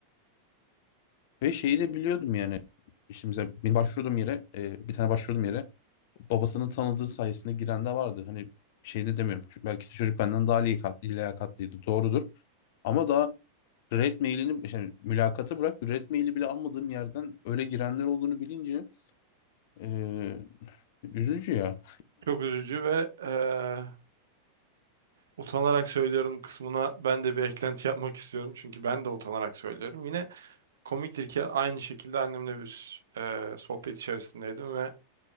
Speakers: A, on the left (about 50°); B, on the right (about 65°).
A: Ve şeyi de biliyordum yani. Şimdi mesela benim başvurduğum yere e, bir tane başvurduğum yere babasının tanıdığı sayesinde giren de vardı. Hani şey de demiyorum. Çünkü Belki de çocuk benden daha liyakatlı, liyakatlıydı. Doğrudur. Ama daha red mailini yani mülakatı bırak red maili bile almadığım yerden öyle girenler olduğunu bilince e, üzücü ya.
B: Çok üzücü ve eee, utanarak söylüyorum kısmına ben de bir eklenti yapmak istiyorum. Çünkü ben de utanarak söylüyorum. Yine komiktir ki aynı şekilde annemle bir eee, sohbet içerisindeydim ve